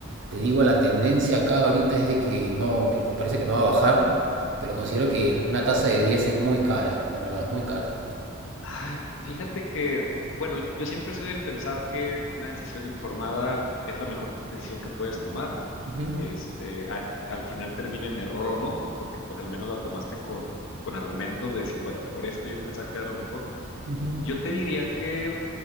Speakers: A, on the right (about 60°); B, on the left (about 60°).
A: Te digo, la tendencia acá ahorita es de que no, que no parece que no va a bajar, pero considero que
B: Mm.
A: una tasa de 10 es muy cara, en verdad, muy cara.
B: Ay, fíjate que, bueno, yo siempre soy del pensar que una decisión informada es la mejor decisión que puedes tomar.
A: Ujú.
B: Este, a- al final termina en error o no, porque pues al menos la tomaste con, con argumentos de decir, bueno, por esto yo pensaba que era lo mejor.
A: Ujú.
B: Yo te diría que